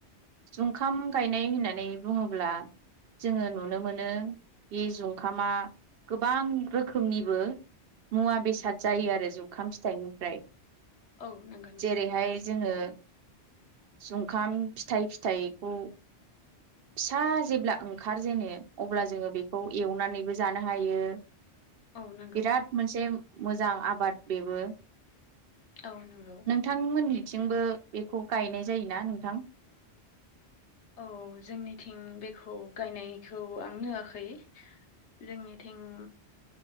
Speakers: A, on the right; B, on the left.
A: जुंखाम गायनाय होननानै बुङोब्ला जोङो नुनो मोनो बे जुंखामा गोबां रोखोमनिबो मुवा बेसाद जायो आरो जुखाम फिथाइनिफ्राय
B: औ नंगौ नोंथां
A: जेरैहाय जोङो जुंखाम फिथाइ फिथाइखौ फिसा जेब्ला ओंखार जेनो अब्ला जोङो बेखौ एवनानैबो जानो हायो
B: औ नंगौ
A: बिराद मोनसे मोजां आबाद बेबो।
B: औ नंगौ
A: नोंथांमोननि थिंबो बेखौ गायनाय जायोना नोंथां?
B: औ जोंनिथिं बेखौ गायनायखौ आं नुवाखै। जोंनिथिं